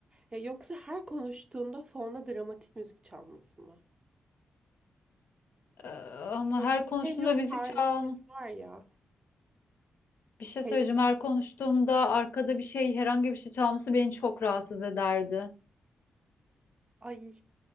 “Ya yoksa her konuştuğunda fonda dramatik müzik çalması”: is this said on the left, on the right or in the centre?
Right